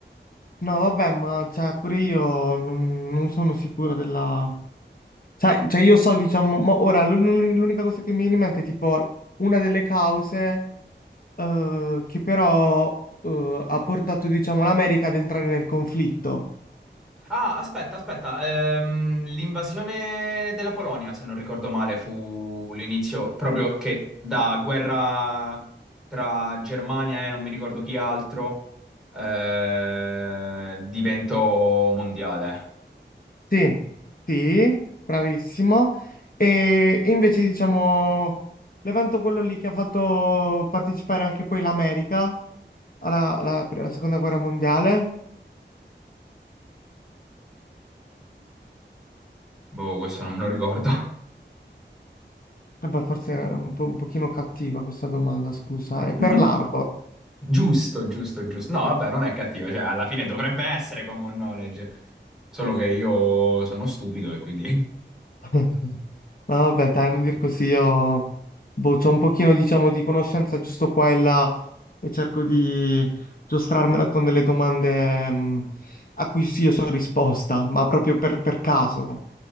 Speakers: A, on the left; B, in the centre.
A: No, vabbè, ma cioè, pure io non, non sono sicuro della... Cioè, cioè, io so, diciamo, mo- ora l'un- l'unica cosa che mi viene in mente è tipo una delle cause eh, che però eh, ha portato, diciamo, l'America ad entrare nel conflitto.
B: Ah, aspetta, aspetta. ehm, l'invasione della Polonia, se non ricordo male, fu l'inizio proprio che da guerra tra Germania e non mi ricordo chi altro eh, diventò mondiale.
A: Sì, sì, bravissimo. E invece diciamo l'evento quello lì che ha fatto partecipare anche poi l'America alla, alla- alla seconda guerra mondiale.
B: Boh, questo non me lo ricordo.
A: Eh beh, Forse era un po', un pochino cattiva questa domanda, scusa. È
B: <laughs>
A: per l'Arbor.
B: Giusto, giusto, giusto. No, vabbè, non è cattivo, cioè alla fine dovrebbe essere common knowledge, solo che io sono stupido e quindi
A: <laughs> Ah, Vabbè, dai, non dir così, io boh, c'ho un pochino, diciamo, di conoscenza giusto qua e là e cerco di giostrarmela con delle domande mh, a cui sì, io so risposta, ma proprio per, per caso,